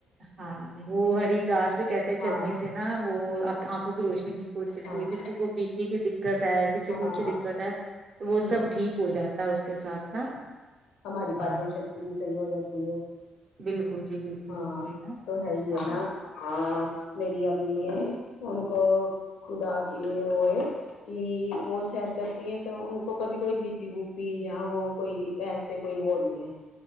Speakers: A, on the right; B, on the left.
A: ہاں وہ ہری گاس پہ کہتے چلنے
B: ہاں
A: سے نا وہ آنکھوں کی روشنی ٹھیک پچتی
B: ہاں
A: ہے کسی کو بی پی کی دقت ہے کسی
B: ہاں
A: کو اونچی دقت ہے تو وہ
B: ہوں
A: سب ٹھیک ہو جاتا ہے <unintelligible> نا
B: ہماری
A: ہاں
B: پاچن شکتی بھی صحیح ہو جاتی ہے
A: بالکل جی بالکل
B: ہاں
A: وہی نا
B: تو ہے ہی
A: ہاں
B: ہے نا ہاں میری امی ہے ان کو خدا کی وہ ہے کہ وہ سیر کرتی ہیں تو ان کو کبھی کوئی بی پی بوپی یا وہ کوئی ایسے کوئی وہ نہیں ہے